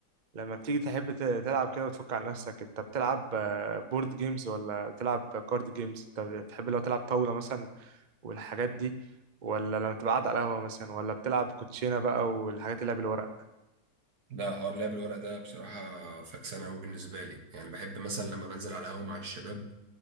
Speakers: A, on the right (about 45°); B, on the right (about 70°).
A: لما بتيجي تحب ت- تلعب كده وتفك عن نفسك انت بتلعب بورد جيمز ولا بتلعب كارد جيمز انت بتحب لو تلعب طاولة مثلا والحاجات دي ولا لما تبقى قاعد على القهوة مثلا ولا بتلعب كوتشينة بقى والحاجات اللي هي بالورق
B: لا حوار لعب الورق ده بصراحة فكسانة أوي بالنسبة لي يعني بحب مثلا لما بنزل على القهوة مع الشباب